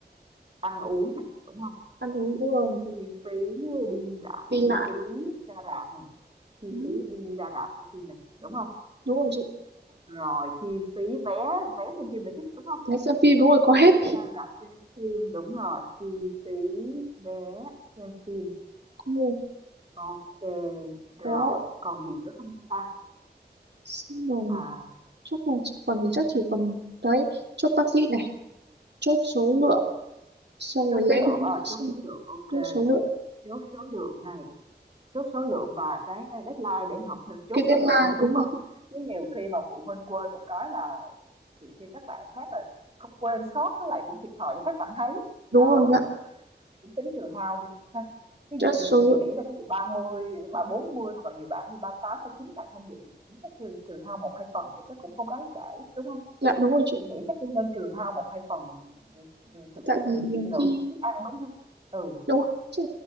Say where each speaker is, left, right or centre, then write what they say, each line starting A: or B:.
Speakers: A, on the right; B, on the right.
A: ăn uống này đúng không?
B: ăn uống đúng rồi
A: chi phí đi lại
B: đi
A: chi
B: lại
A: phí ra rạp này chi
B: đúng,
A: phí đi ra rạp xem phim này đúng không
B: đúng rồi chị
A: rồi chi phí vé vé xem phim nữa chứ đúng không
B: thế xem phim đúng rồi có
A: chi
B: hết
A: phí ra rạp xem phim đúng rồi chi phí vé xem phim
B: ừ.
A: ok rồi
B: đó
A: còn gì nữa không ta
B: Xong rồi
A: à
B: chắc là chỉ còn chắc chỉ còn đấy chốt taxi này chốt số lượng xong
A: chốt
B: rồi lên
A: số lượng ờ
B: xong
A: chốt số lượng ok
B: trên số lượng
A: chốt số lượng này chốt số lượng và cái deadline để học chốt
B: cái deadline
A: số lượng <laughs> đúng
B: đúng rồi
A: không chứ nhiều khi mà phụ huynh quên một cái là nhiều khi các bạn khác là không quên sót với lại cũng thiệt thòi cho các bạn thấy
B: đúng
A: đó
B: rồi dạ
A: cũng tính trừ hao đi ha ví
B: trên
A: dụ như
B: số
A: Ngân
B: lượng
A: chị nghĩ là ví dụ 30 ba 40 hoặc là nhiều bạn hay ba tám, ba chín bạn tham dự thì cũng chắc trừ, trừ hao một hai phần thì chắc cũng không đáng kể đúng không
B: dạ đúng rồi chị
A: chị nghĩ chắc cũng nên trừ hao một hai phần ừ, ừ, thực
B: tại
A: ừ,
B: vì nhiều
A: thực đồ
B: khi
A: thức ăn đúng không ừ
B: đúng rồi. chứ.